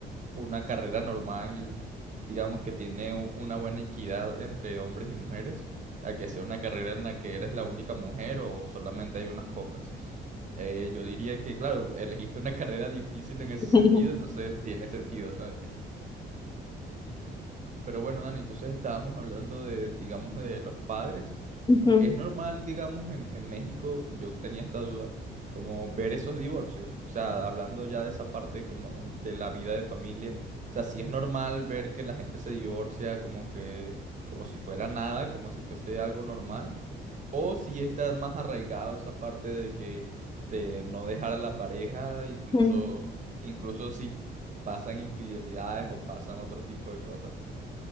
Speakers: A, on the right; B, on the left.
A: una carrera normal, digamos que tiene u- una buena equidad entre hombres y mujeres, a que sea una carrera en la que eres la única mujer o solamente hay unas pocas. Eh, yo diría que, claro, elegiste una carrera difícil en ese
B: <laughs>
A: sentido, entonces tiene sentido, ¿sabes? Pero bueno, Dani, entonces estábamos hablando de, digamos, de los padres.
B: Ujú,
A: Es, es normal, digamos, en, en México, yo tenía esta duda, como ver esos divorcios. O sea, hablando ya de esa parte como de, de la vida de familia. O sea, sí es normal ver que la gente se divorcia como que, como si fuera nada, como si fuese algo normal. O si está más arraigado esa parte de que, de no dejar a la pareja, incluso,
B: ujú.
A: incluso si pasan infidelidades o pasan otro tipo de cosas.